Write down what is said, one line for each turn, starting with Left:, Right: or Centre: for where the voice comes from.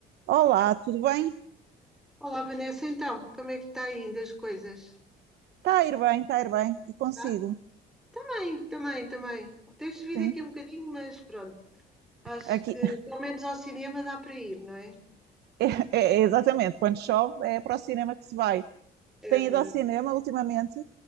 Right: Olá, tudo bem?
Centre: Olá, Vanessa, então, como é que está aí ainda as coisas?
Right: Está a ir bem, está a ir bem. E consigo,
Centre: Tá? Também, também, também. Tens subido
Right: sim.
Centre: aqui um bocadinho, mas pronto, acho
Right: Aqui,
Centre: que
Right: <laughs>
Centre: pelo menos ao cinema dá para ir, não é?
Right: é, é- é exatamente, quando chove é para o cinema que se vai. Tem
Centre: É mesmo.
Right: ido ao cinema ultimamente?